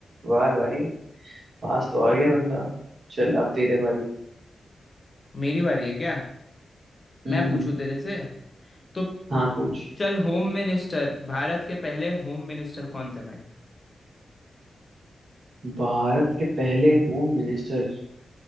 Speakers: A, on the right (about 60°); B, on the left (about 30°).
A: वाह भाई पास तो आ गया बंदा चल अब तेरे बारी
B: मेरी बारी है क्या मैं
A: हम्म
B: पूछूं
A: हम्म,
B: तेरे से तो
A: हाँ पूछ
B: चल होम मिनिस्टर भारत के पहले होम मिनिस्टर कौन थे भाई
A: भारत के पहले होम मिनिस्टर